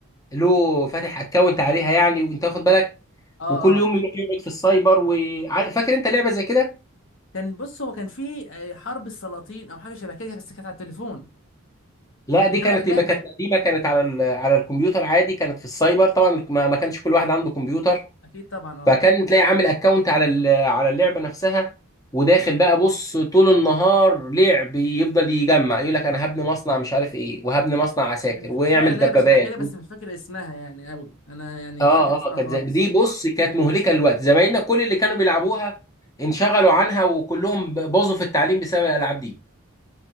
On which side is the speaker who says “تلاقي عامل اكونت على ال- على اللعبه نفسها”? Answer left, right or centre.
Left